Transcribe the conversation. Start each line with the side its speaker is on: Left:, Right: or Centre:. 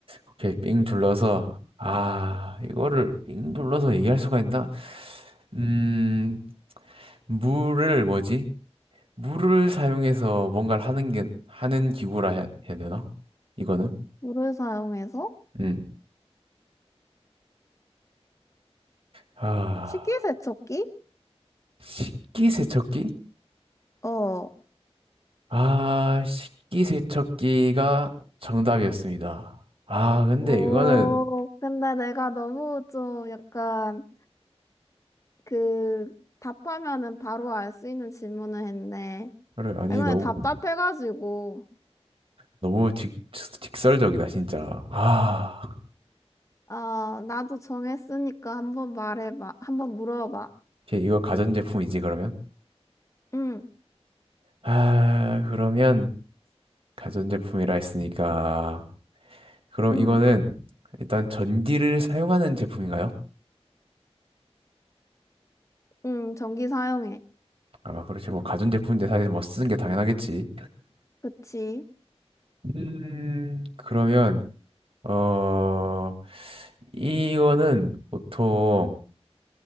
Right: 오케이, 삥 둘러서. 아, 이거를 삥 둘러서 얘기할 수가 있나? 음, 물을 뭐지? 물을 사용해서 뭔가를 하는 게, 하는 기구라 해야, 해야 되나? 이거는?
Left: 물을 사용해서
Right: 음. 아,
Left: 식기세척기?
Right: 식기세척기?
Left: 어.
Right: 아, 식기세척기가 정답이었습니다. 아, 근데
Left: 오,
Right: 이거는,
Left: 근데 내가 너무 좀 약간 그 답하면은 바로 알 수 있는 질문을 했네.
Right: 그래, 아니,
Left: 아, 이거는
Right: 너무,
Left: 답답해가지고.
Right: 너무 직, 직설적이다, 진짜. 아,
Left: 아, 나도 정했으니까 한번 말해봐. 한번 물어봐.
Right: 오케이, 이거 가전제품이지, 그러면?
Left: 응,
Right: 아, 그러면, 가전제품이라 했으니까. 그럼
Left: 응,
Right: 이거는, 일단 전기를 사용하는 제품인가요?
Left: 응, 전기 사용해.
Right: 아, 그렇지. 뭐, 가전제품인데 사실 뭐 쓰는 게 당연하겠지.
Left: 그치?
Right: 음, 그러면, 어, 이거는 보통